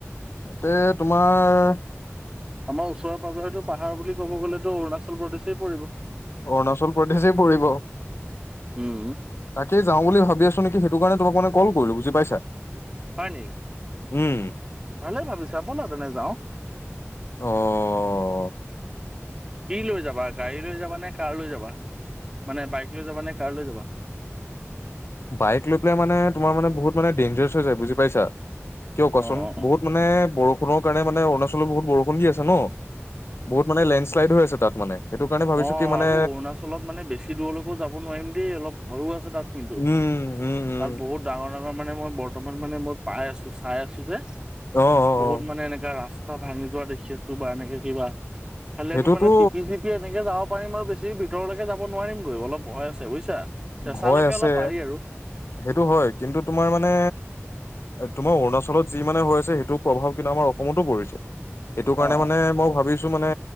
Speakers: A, on the left (about 55°); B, on the right (about 15°).
A: এতে তোমাৰ।
B: আমাৰ ওচৰে পাঁজৰেতো পাহাৰ বুলি ক'ব গ'লেতো অৰুণাচল প্ৰদেশেই পৰিব।
A: অৰুণাচল প্ৰদেশই পৰিব,
B: উম।
A: তাকেই যাওঁ বুলি ভাবি আছো। নেকি সেইটো কাৰণে তোমাক মে কল কৰিলো বুজি পাইছা।
B: হয় নি,
A: উম।
B: ভালে ভাবিছা বল তেনে যাওঁ।
A: অঁ।
B: কি লৈ যাবা গাড়ী লৈ যাবা নে কাৰ লৈ যাবা। মানে বাইক লৈ যাবা নে কাৰ লৈ যাবা।
A: বাইক লৈ পেলাই মানে তোমাৰ মানে বহুত মানে ডেঞজাৰছ হৈ যায় বুজি পাইছা। কিয় কোৱাচোন
B: অ', অ', অ'।
A: বহুত মানে বৰষুণৰ কাৰণে মানে অৰুণাচলত বহুত বৰষুণ দি আছে ন। বহুত মানে লেণ্ডশ্লাইড হৈ আছে তাত মানে। সেইটো কাৰণে ভাবিছো
B: অঁ
A: কি মানে
B: আৰু অৰুণাচলত মানে বেছি দূৰলৈকো যাব নোৱাৰিম দেই অলপ ভয়ো আছে তাত। কিন্তু,
A: উম উম উম
B: তাত বহুত ডাঙৰ ডাঙৰ মানে মই বৰ্তমান মানে মই পাই আছো চাই আছো যে।
A: অ অ
B: বহুত
A: অ
B: মানে এনেকাা ৰাস্তা ভাঙি যোৱা দেখি আছো বা এনেকাে কিবা। খালি
A: সেইটোতো
B: আমি মান টিকপি চিকি আ। তেনেকে যাব পাৰিম আৰু বেছি ভিতৰলৈকে যাব নোৱাৰিম গৈ অলপ ভয় আ বুজছা। চেঁচালৈকে
A: ভয় আছে
B: অলপ পাৰি আৰু।
A: সেইটো হয় কিন্তু তোমাৰ মানে। তোমাৰ অৰুণাচলত যি মানে হৈ আছে সেইটো প্ৰভাৱ কিন্তু আমাৰ অসমতো পৰিছে। এইটো কাৰণে
B: অ
A: মানে মই ভাবিছো। মানে